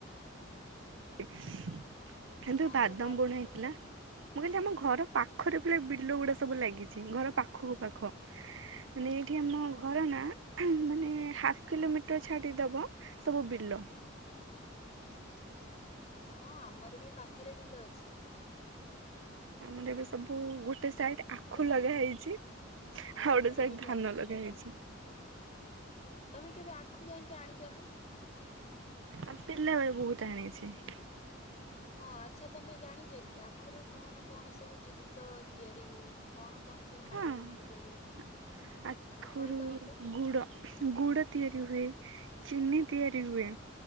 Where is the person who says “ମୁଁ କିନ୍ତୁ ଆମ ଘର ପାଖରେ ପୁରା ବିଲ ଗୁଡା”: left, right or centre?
Right